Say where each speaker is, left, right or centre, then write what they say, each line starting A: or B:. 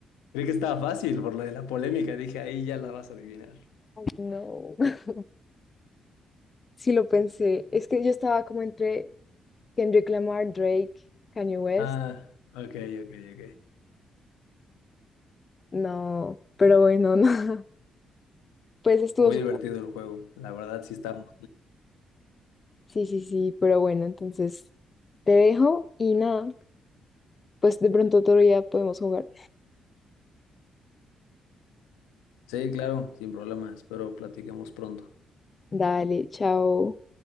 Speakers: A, on the left; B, on the left.
A: Creí que estaba fácil por lo de la polémica. Dije, ahí ya la vas a adivinar.
B: no. <laughs> Sí lo pensé. Es que yo estaba como entre Kendrick Lamar, Drake, Kanye West.
A: Ah, ok, ok, ok.
B: No, pero bueno, <laughs> no. Pues estuvo
A: Muy
B: súper.
A: divertido el juego. La verdad, sí estamos.
B: Sí, sí, sí, pero bueno, entonces te dejo y nada, pues de pronto otro día podemos jugar.
A: Sí, claro, sin problemas. Espero platiquemos pronto.
B: Dale, chao.